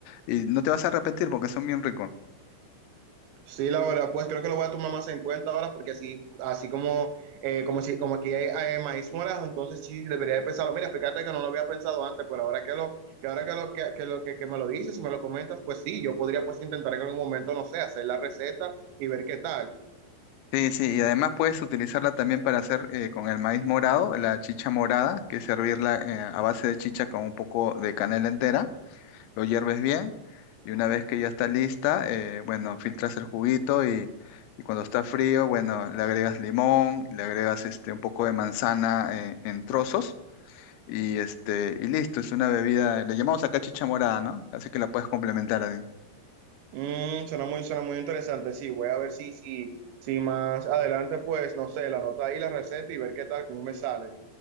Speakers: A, on the left (about 85°); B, on the right (about 85°).
A: y no te vas a arrepentir porque son bien ricos.
B: Sí, la verdad, pues creo que lo voy a tomar más en cuenta ahora porque así, así como, eh, como, si, como aquí hay, eh, maíz morado, entonces sí debería de pensarlo. Mira, fíjate que no lo había pensado antes, pero ahora que lo, que ahora que lo, que, que lo que, que me lo dices y me lo comentas, pues sí, yo podría pues intentar en algún momento, no sé, hacer la receta y ver qué tal.
A: Sí, sí, y además puedes utilizarla también para hacer eh, con el maíz morado, la chicha morada, que es servirla eh, a base de chicha con un poco de canela entera, lo hierves bien y una vez que ya está lista, eh, bueno, filtras el juguito y, y cuando está frío, bueno, le agregas limón, le agregas este, un poco de manzana eh, en trozos Y este, y listo, es una bebida, le llamamos acá chicha morada, ¿no? Así que la puedes complementar ahí.
B: Mm, suena muy, suena muy interesante. Sí, voy a ver si, si, si más adelante, pues, no sé, la nota ahí, la receta y ver qué tal, cómo me sale.